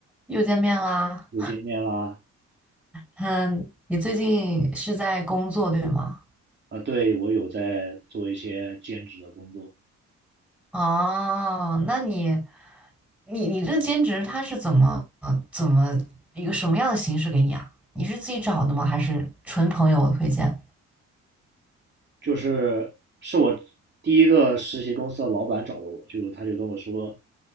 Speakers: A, in the centre; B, on the right.
A: 又见面啦，
B: 又见面啦。
A: 嗯，你最近是在工作对吗？
B: 啊，对，我有在做一些兼职的工作，
A: 哦，那你，你你这兼职它是怎么呃怎么一个什么样的形式给你啊？你是自己找的吗？还是纯朋友推荐？
B: 就是是我第一个实习公司的老板找的我，就他就跟我说，